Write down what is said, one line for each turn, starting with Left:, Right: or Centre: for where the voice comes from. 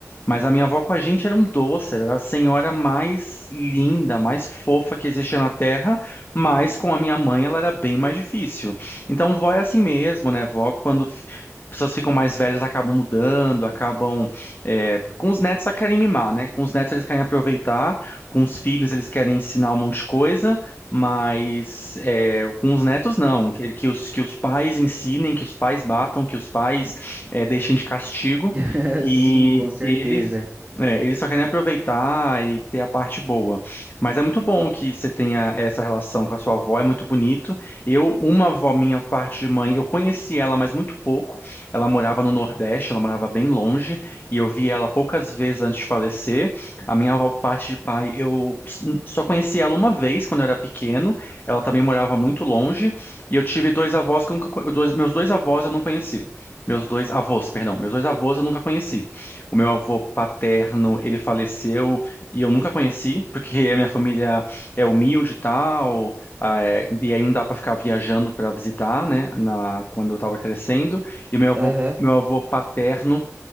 Left: Mas a minha avó com a gente era um doce, era a senhora mais linda, mais fofa que existia na Terra, mas com a minha mãe ela era bem mais difícil. Então, vó é assim mesmo, né? Vó, quando f- pessoas ficam mais velhas, acabam mudando, acabam. é, Com os netos, elas querem mimar, né? Com os netos, eles querem aproveitar. Com os filhos eles querem ensinar um monte de coisa, mas é, com os netos não. Que, que os, que os pais ensinem, que os pais batam, que os pais é, deixem de castigo.
Right: <laughs>
Left: E
Right: Sim, com certeza.
Left: ele é, eles só querem aproveitar e ter a parte boa. Mas é muito bom que você tenha essa relação com a sua avó, é muito bonito. Eu, uma avó minha, parte de mãe, eu conheci ela, mas muito pouco. Ela morava no Nordeste, ela morava bem longe, e eu vi ela poucas vezes antes de falecer. A minha avó, parte de pai, eu s- só conheci ela uma vez quando eu era pequeno. Ela também morava muito longe, e eu tive dois avós que eu nunca, co- dois- meus dois avós eu não conheci. Meus dois avós, perdão, meus dois avós eu nunca conheci. O meu avô paterno, ele faleceu e eu nunca conheci, porque a minha família é humilde e tal, ah, é, e aí não dá para ficar viajando para visitar, né, na, quando eu estava crescendo. E meu avô,
Right: Aham.
Left: meu avô paterno